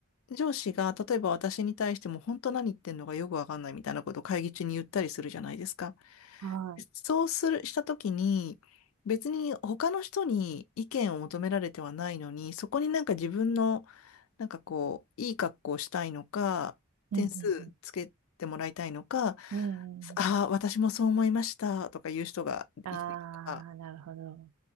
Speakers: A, on the left; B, on the right.
A: 上司が、例えば私に対しても本当何言ってんのかよくわかんないみたいなことを会議中に言ったりするじゃないですか。
B: はい。
A: そうする、したときに、別に他の人に意見を求められてはないのに、そこになんか自分の、なんかこう、いい格好をしたいのか、
B: うん、
A: 点数つけてもらいたいのか、
B: うん、うん。うん、うん。
A: ああ、私もそう思いましたとか言う人がいたりとか。
B: ああ、なるほど。